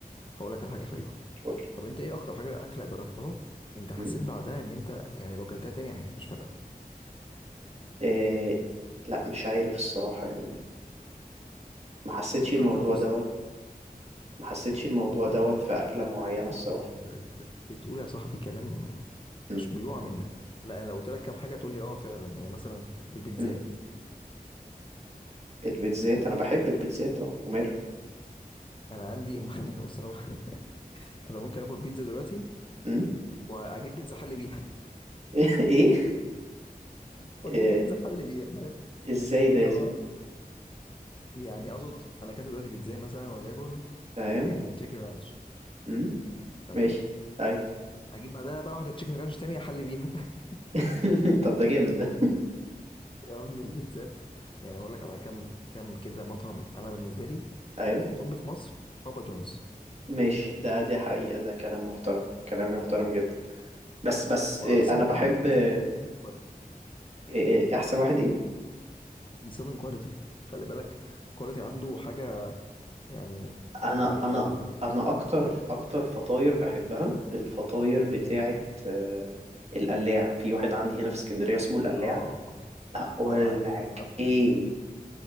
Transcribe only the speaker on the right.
قولي
م?
إيه... لا مش عارف الصراحة يعني ما حسيتش
الموضوع
دوت ما حسيتش الموضوع
دوت
في أكلة معينة
الصراحة
امم
امم البيتزات أنا بحب البيتزات أه وماله
امم
<laughs> إيه
إيه،
إزاي ده
يا زميلي
تمام
امم
ماشي أيوة
<laughs> طب ده جامد ده
<laughs> أيوة
ماشي ده دي حقيقة ده كلام محترم كلام يحترم جدا بس بس
إيه، أنا بحب
إيه،
إيه، أحسن واحد إيه
أنا
أنا
أنا أكتر أكتر فطاير بحبها الفطاير بتاعت آه، القلاع في واحد عندي هنا في اسكندرية اسمه القلاع
اقول
لك
ايه